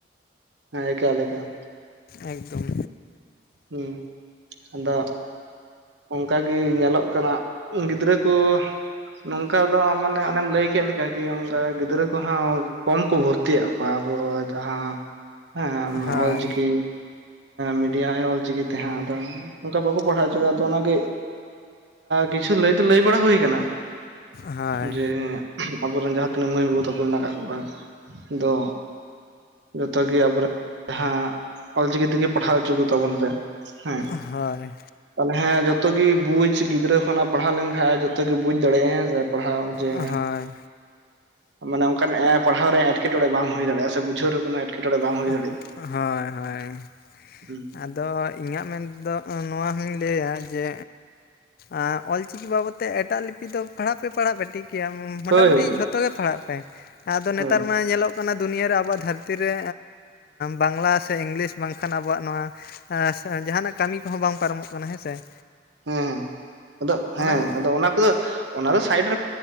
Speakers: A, on the right (about 70°); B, on the left (about 55°).
A: ᱦᱮᱸ ᱮᱠᱟᱞ ᱮᱠᱟᱞ
B: ᱮᱠᱫᱚᱢ
A: ᱦᱩᱸ ᱟᱫᱚᱻᱻ ᱚᱱᱠᱟ ᱜᱮ ᱧᱮᱞᱚᱜ ᱠᱟᱱᱟ ᱜᱤᱫᱽᱨᱟᱹ ᱠᱚ ᱱᱚᱝᱠᱟ ᱫᱚ ᱢᱟᱱᱮ ᱚᱱᱮᱢ ᱞᱟᱹᱭ ᱠᱮᱫ ᱠᱟᱹᱠᱤ ᱚᱱᱠᱟ ᱜᱤᱫᱽᱨᱟᱹ ᱠᱚᱦᱚᱸ ᱠᱚᱢ ᱠᱚ ᱵᱷᱚᱨᱛᱤ ᱠᱚᱣᱟ ᱟᱵᱚ ᱡᱟᱦᱟᱸ ᱦᱮᱸ
B: ᱦᱳᱭ
A: ᱚᱞᱪᱤᱠᱤ ᱢᱤᱰᱤᱭᱟ ᱚᱞᱪᱤᱠᱤ ᱛᱮᱦᱟᱸ ᱟᱫᱚ ᱚᱱᱠᱟ ᱵᱟᱠᱚ ᱯᱟᱲᱦᱟᱣ ᱚᱪᱚ ᱠᱚᱣᱟ ᱾ ᱛᱚ ᱚᱱᱟ ᱜᱮ ᱠᱤᱪᱷᱩ ᱞᱟᱹᱭ ᱫᱚ ᱞᱟᱹᱭ ᱵᱟᱲᱟ ᱦᱩᱭ ᱟᱠᱟᱱᱟ,
B: ᱦᱳᱭ
A: ᱡᱮ ᱟᱵᱚᱨᱮᱱ ᱡᱟᱦᱟᱸ ᱛᱤᱱᱟᱹᱜ ᱢᱟᱹᱭ ᱵᱟᱹᱵᱩ ᱛᱟᱠᱚ ᱢᱮᱱᱟᱜ ᱠᱟᱜ ᱠᱚᱣᱟ ᱫᱚ ᱡᱚᱛᱚ ᱜᱮ ᱟᱵᱚ ᱨᱮᱱ ᱡᱟᱦᱟᱸ ᱚᱞᱪᱤᱠᱤ ᱛᱮᱜᱮ ᱯᱟᱲᱦᱟᱣ ᱦᱚᱪᱚ ᱠᱚᱛᱟ ᱵᱚᱱ ᱯᱮ ᱦᱮᱸ ᱾
B: ᱦᱚᱭ ᱾
A: ᱛᱟᱦᱚᱞᱮ ᱦᱮᱸ ᱡᱚᱛᱚ ᱜᱮ ᱵᱩᱡᱽ ᱜᱤᱫᱽᱨᱟᱹ ᱠᱷᱚᱱᱟᱜ ᱯᱟᱲᱦᱟᱣ ᱞᱮᱱᱠᱷᱟᱡ ᱡᱚᱛᱚ ᱜᱮ ᱵᱩᱡᱽ ᱫᱟᱲᱮᱭᱟᱜᱼᱟ ᱯᱟᱲᱦᱟᱣ ᱡᱮ
B: ᱦᱳᱭ ᱦᱳᱭ
A: ᱢᱟᱱᱮ ᱚᱱᱠᱟᱱ ᱯᱟᱲᱦᱟᱣ ᱨᱮ ᱮᱴᱠᱮᱴᱚᱬᱮ ᱵᱟᱝ ᱦᱩᱭ ᱫᱟᱲᱭᱟᱜᱼᱟ ᱥᱮ ᱵᱩᱡᱷᱟᱹᱣ ᱨᱮᱱᱟᱜ ᱮᱴᱠᱮᱴᱚᱬᱮ ᱵᱟᱝ ᱦᱩᱭ
B: <unintelligible> ᱦᱳᱭ ᱦᱳᱭ᱾
A: ᱦᱩᱸ
B: ᱟᱫᱚ ᱤᱧᱟᱹᱜ ᱢᱮᱱ ᱛᱮᱫᱚ ᱱᱚᱣᱟ ᱦᱚᱧ ᱞᱟᱹᱭᱟ ᱡᱮ ᱟᱨ ᱚᱞᱪᱤᱠᱤ ᱵᱟᱵᱚᱫᱛᱮ ᱛᱮ ᱮᱴᱟᱜ ᱞᱤᱯᱤ ᱫᱚ ᱯᱟᱲᱦᱟᱜ ᱯᱮ ᱯᱟᱲᱦᱟᱜᱼᱟ ᱯᱮ ᱴᱷᱤᱠ ᱠᱮᱭᱟ ᱢᱚᱴᱟᱢᱩᱴᱤ
A: ᱦᱳᱭ ᱦᱳᱭ
B: ᱡᱷᱚᱛᱚ ᱜᱮ ᱯᱟᱲᱦᱟᱜ ᱯᱮ ᱟᱫᱚ ᱱᱮᱛᱟᱨ
A: ᱦᱳᱭ
B: ᱢᱟ ᱧᱮᱞᱚᱜ, <unintelligible> ᱫᱩᱱᱭᱟᱹ ᱨᱮ ᱟᱵᱚᱣᱟᱜ ᱫᱷᱟᱹᱨᱛᱤ ᱨᱮ ᱵᱟᱝᱞᱟ ᱥᱮ ᱤᱝᱞᱤᱥ ᱵᱟᱝ ᱠᱷᱟᱱ ᱟᱵᱚᱼᱼ ᱟᱵᱚᱣᱟᱜ ᱱᱚᱣᱟ ᱡᱟᱦᱟᱸᱱᱟᱜ ᱠᱟᱹᱢᱤ ᱠᱚᱦᱚᱸ ᱵᱟᱝ ᱯᱟᱨᱚᱢᱚᱜ ᱠᱟᱱᱟ ᱦᱮᱸ ᱥᱮ ᱾
A: ᱦᱮᱸ ᱟᱫᱚ ᱦᱮᱸ
B: ᱠᱚ
A: ᱟᱫᱚ ᱚᱱᱟ ᱠᱚᱫᱚ ᱚᱱᱟ ᱫᱚ ᱥᱟᱭᱤᱰ ᱨᱮ